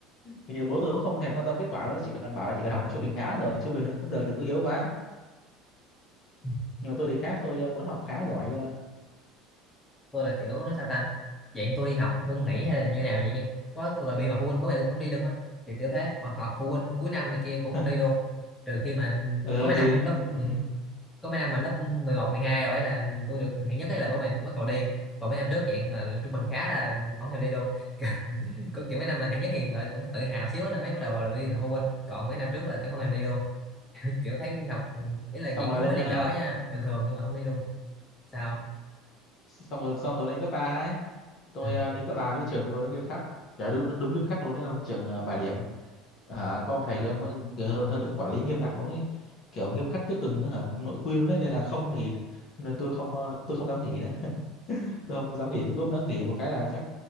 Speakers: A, on the left (about 50°); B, on the left (about 15°).
A: nhưng mà bố tôi cũng không thèm quan tâm kết quả đó chỉ cần bảo là chỉ cần
B: à.
A: học trung bình khá rồi trung bình thôi cũng được đừng có yếu quá
B: ừ.
A: nhưng mà tôi thì khác tôi ờ, muốn học khá giỏi cơ
B: tôi là kiểu nó sao ta dạng tôi đi học tôi cũng nghỉ hay là như nào dạng như có có gọi bị mà phụ huynh bố mẹ tôi không đi luôn á kiểu kiểu thế còn họp phụ huynh cuối năm này kia cũng không
A: <laughs>
B: đi luôn trừ khi mà
A: ờ
B: có mấy
A: thì
B: năm
A: ừm,
B: lớp ừ, có mấy năm mà lớp mười một mười hai rồi ấy là tôi được hạng nhất ấy là bố mẹ tôi bắt đầu đi còn mấy năm trước dạng là trung bình khá là không thèm đi luôn <laughs> có kiểu mấy năm mà hạng nhất thì gọi cũng tự hào xíu á, nên mới bắt đầu là đi học phụ huynh còn mấy năm trước là kiểu không thèm đi luôn <laughs> kiểu thấy đi học ừ, ý là
A: xong
B: dạng
A: rồi
B: không
A: lên
B: phải là
A: ờ,
B: dở nha bình thường nhưng mà không đi luôn sao
A: xong rồi xong rồi lên cấp ba ấy tôi
B: ừ.
A: ờ, lên cấp ba cái trường tôi nó nghiêm khắc trời đúng, đúng, đúng nghiêm khắc luôn đấy không trường ờ, bài điểm À, có ông thầy
B: à,
A: kia ông ấy kiểu hơi, hơi bệnh quản lý nghiêm ngặt luôn ấy kiểu nghiêm khắc tới từng hả, nội quy luôn ấy nên là không nghỉ nên tôi không ờ, tôi không dám nghỉ nữa <laughs> tôi không dám nghỉ tôi cúp nữa nghỉ một cái là chắc